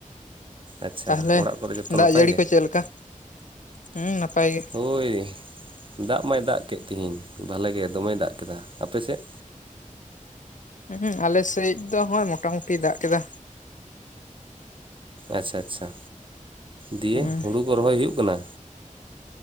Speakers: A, on the right; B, on the left.
A: ᱟᱪᱪᱷᱟ
B: ᱛᱟᱦᱚᱞᱮ
A: ᱚᱲᱟᱜ ᱠᱚᱨᱮ ᱡᱚᱛᱚ
B: ᱫᱟᱜ
A: ᱱᱟᱯᱟᱭ
B: ᱡᱟᱹᱲᱤ
A: ᱜᱮ
B: ᱠᱚ ᱪᱮᱫ ᱞᱮᱠᱟ? ᱦᱩᱸ ᱱᱟᱯᱟᱭ ᱜᱮ᱾
A: ᱦᱳᱭ ᱫᱟᱜ ᱢᱟᱭ ᱫᱟᱜ ᱠᱮᱫ ᱛᱮᱤᱦᱮᱤᱧ ᱵᱷᱟᱞᱮᱜ ᱜᱮ ᱫᱚᱢᱮ ᱫᱟᱜ ᱠᱮᱫᱟ, ᱟᱯᱮᱥᱮᱫ?
B: ᱦᱩᱸ ᱟᱞᱮᱥᱮᱡ ᱫᱚ ᱦᱚᱭ ᱢᱚᱴᱟ ᱢᱩᱴᱤᱤᱭ ᱫᱟᱜ ᱠᱮᱫᱟ᱾
A: ᱟᱪᱪᱷᱟ ᱟᱪᱪᱷᱟ, ᱫᱤᱭᱮ
B: ᱦᱩᱸ
A: ᱦᱩᱲᱩ ᱠᱚ ᱨᱚᱦᱚᱭ ᱦᱩᱭᱩᱜ ᱠᱟᱱᱟ?